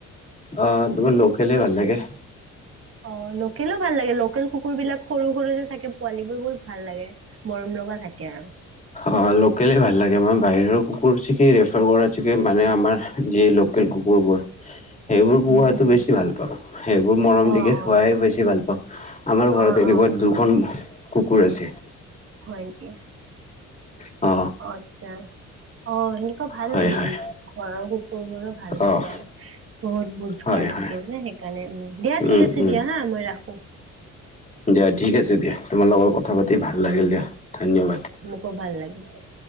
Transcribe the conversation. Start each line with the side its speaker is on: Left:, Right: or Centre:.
Left: অ, তোমাৰ লোকেলেই ভাল লাগে।
Right: অ, লোকেলো ভাল লাগে, লোকেল কুকুৰ বিলাক সৰু সৰু যে থাকে পোৱালী বোৰ বহুত ভাল লাগে মৰম লগা থাকে আৰু।
Left: অ লোকেলে ভাল লাগে মই বাহিৰৰ কুকুৰ চিকে ৰেফাৰ কৰা চিকে মানে আমাৰ যি লোক কেল কুকুৰবোৰ। সেইবোৰ পুহাটো
Right: উম উম
Left: বেছি ভাল পাওঁ। সেইবোৰ মৰম
Right: অ
Left: দিকে, ধোৱাই
Right: অ
Left: বেছি ভাল পাওঁ। আমাৰ ঘৰত
Right: অ
Left: এনেকুৱা
Right: অ
Left: দুখন কুকুৰ আছে।
Right: হয় নেকি
Left: অ।
Right: অ আচ্ছা, অ সেনেকুৱা ভাল
Left: হয়,
Right: লাগে
Left: হয়,
Right: তোমাৰ। ঘৰৰ কুকুৰবোৰো ভাল থাকে
Left: অ',
Right: আৰু। বহুত বোজকাৰ
Left: হয়,
Right: থাকে
Left: হয়,
Right: যে সেইকাৰণে উম। দিয়া ঠিক
Left: উম,
Right: আছে
Left: উম,
Right: দিয়া হা, মই ৰাখো।
Left: দিয়া ঠিক আছে দিয়া। তোমাৰ লগত
Right: উম
Left: কথা
Right: উম
Left: পাতি ভাল লাগিল দিয়া ধন্যবাদ।
Right: খুব ভাল লাগিল দিয়া।